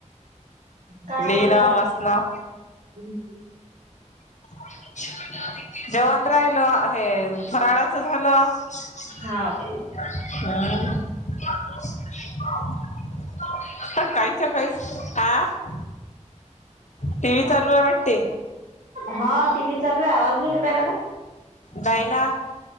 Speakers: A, on the right; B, on the left.
A: काय
B: लिहिणं
A: बोलता नवीन
B: वाचणं.
A: <unintelligible>
B: <unintelligible> राहिलं हे फराळा चं झालं? <unintelligible>
A: हा ओके
B: <unintelligible> टी व्ही चालू आहे वाटते?
A: हां टी व्ही चालू आहे आवाज नाही येऊ राहिला का?
B: नाही ना.